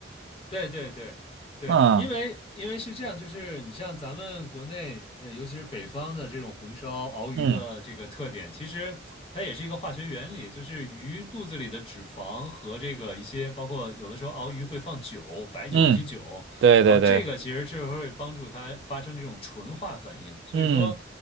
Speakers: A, on the left; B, on the right.
A: 对对对对，
B: 嗯
A: 因为因为是这样，就是你像咱们国内，呃，尤其是北方的这种红烧熬鱼的这个特点，
B: 嗯
A: 其实它也是一个化学原理，就是鱼肚子里的脂肪和这个一些，包括有的时候熬鱼会放酒、白酒、
B: 嗯，
A: 啤酒，
B: 对对对，
A: 然后这个其实是会帮助它发生这种纯化反应。所以说，
B: 嗯